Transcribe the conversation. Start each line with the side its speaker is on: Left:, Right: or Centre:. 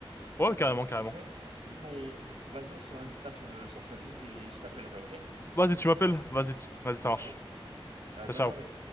Left: Ouais, carrément, carrément.
Right: ok? Du coup, on... vas-y, on se règle ça sur le, sur le planning et je t'appellerai, ok?
Left: Vas-y, tu m'appelles. Vas-y, tu- vas-y, ça marche.
Right: Allez, euh,
Left: Ciao,
Right: bonne
Left: ciao.
Right: journée.